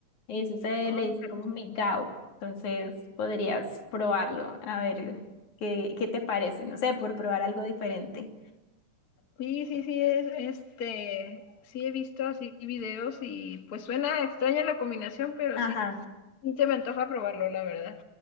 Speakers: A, on the left; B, on the left.
A: Y eso se
B: Ah,
A: le dice
B: qué
A: como migao. Entonces, podrías probarlo, a ver qué, qué te parece. No sé, por probar algo diferente.
B: Sí, sí, sí, es, este, sí he visto así videos y pues suena extraña la combinación, pero
A: Ajá.
B: sí, sí se me antoja probarlo, la verdad.